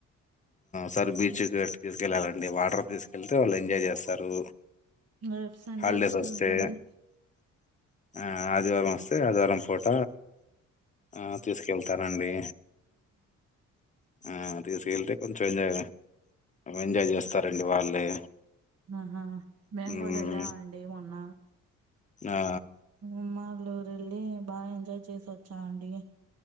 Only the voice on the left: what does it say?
సారి బీచ్ తీసుకెళ్ళాలండి వాటర్ తీసుకెళ్తే వాళ్ళు ఎంజాయ్ చేస్తారు
హాళ్డేస్
ఒస్తే
అ ఆదివారం ఒస్తే ఆదివారం పూట ఆ తీస్కెళ్తానండి ఆ తీసుకెళ్తే కొంచెం ఎంజాయ్ ఎంజాయ్ చేస్తారండి వాళ్ళే
మ్మ్
ఆ